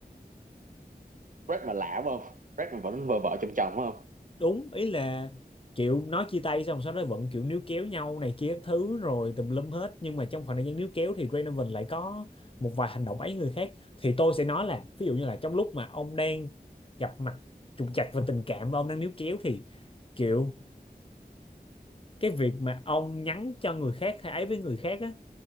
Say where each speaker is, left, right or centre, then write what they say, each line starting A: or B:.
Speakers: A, on the right; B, on the left.
A: Brad mà lạ phải không Brad mà vẫn vợ vợ chồng chồng phải không
B: đúng ý là kiểu nói chia tay xong sau đó vẫn kiểu níu kéo nhau này kia các thứ rồi tùm lum hết nhưng mà trong khoảng thời gian níu kéo thì Donovan lại có một vài hành động ấy người khác thì tôi sẽ nói là ví dụ như là trong lúc mà ông đang gặp mặt trục trặc về tình cảm và ông đang níu kéo thì kiểu cái việc mà ông nhắn cho người khác hay ấy với người khác á